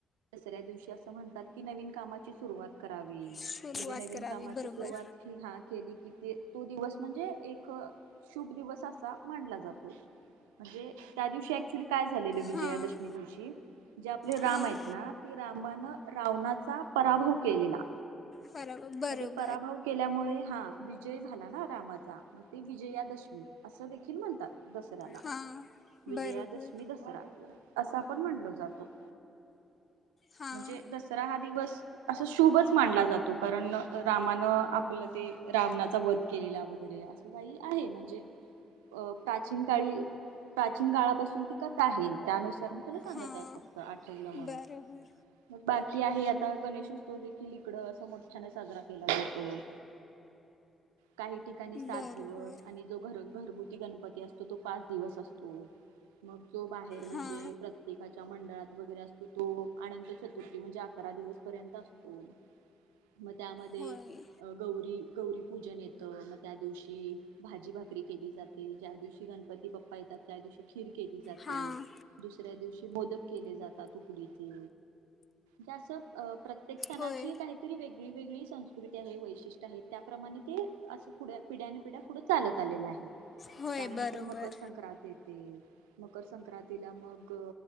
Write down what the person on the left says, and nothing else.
सुरुवात
करावी
बरोबर
हां
हां
पराभव बरोब
हां
बरोबर
हां
हां
बरोबर
बरोबर
हां
होय
हां
होय
होय
बरोबर